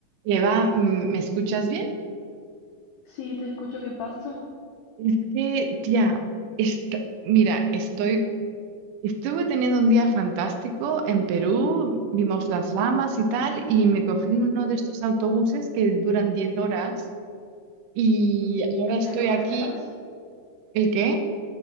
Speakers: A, on the right; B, on the left.
A: Eva, mm, ¿me escuchas bien?
B: Sí, te escucho, ¿qué pasa?
A: Es que, tía, est- mira, estoy, estuve teniendo un día fantástico en Perú, vimos las llamas y tal, y me cogí uno de estos autobuses que duran 10 horas y
B: ¿En
A: ahora estoy
B: Perú
A: aquí,
B: estás?
A: ¿el qué?